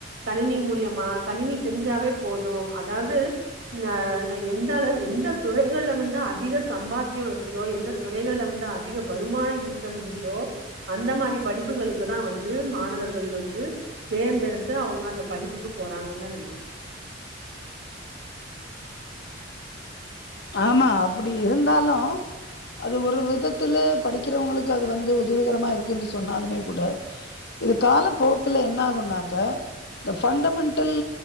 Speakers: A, on the right; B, on the left.
A: கணினி மூலயமா கணினி தெரிஞ்சாவே போது அதாது அ எந்த அளவு எந்த துறைகள்ல வந்து அதிக சம்பாத்தியோ இருக்குதோ எந்த துறைகள்ல வந்து அதிக வருமான ஈட்ட முடியுதோ அந்த மாரி படிப்புகளுக்குதா வந்து மாணவர்கள் வந்து தேர்ந்தெடுத்து அவங்க அந்த படிப்புக்கு போறாங்கன்தா நெனைக்கிறே
B: ஆமா அப்டி இருந்தாலு அது ஒரு விதத்துல படிக்கிறவங்களுக்கு அது வந்து உதவிகரமா இருக்குன்னு சொன்னாலுமே கூட இது கால போக்குல என்ன ஆகுனாக்க இந்த ஃபண்டமெண்டடல்